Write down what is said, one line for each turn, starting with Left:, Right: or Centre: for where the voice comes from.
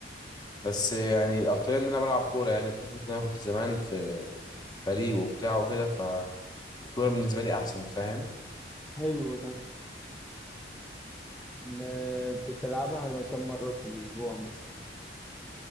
Left: بس يعني الاكتريه ان انا بلعب كوره يعني بحكم ان انا كنت زمان في فريق وبتاع وكده فالكوره بالنسبه لي احسن فاهم
Centre: حلو ده ن- بتلعبها كم مرة في الأسبوع مثلا